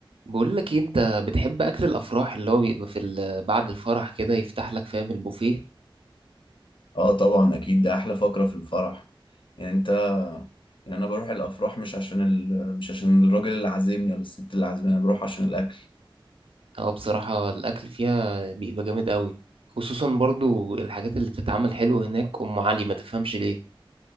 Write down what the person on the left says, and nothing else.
اه طبعا اكيد ده احلى فقرة في الفرح يعني انت يعني انا بروح الافراح مش عشان ال... مش عشان الراجل اللي عازمني ولا الست اللي عازماني انا بروح عشان الاكل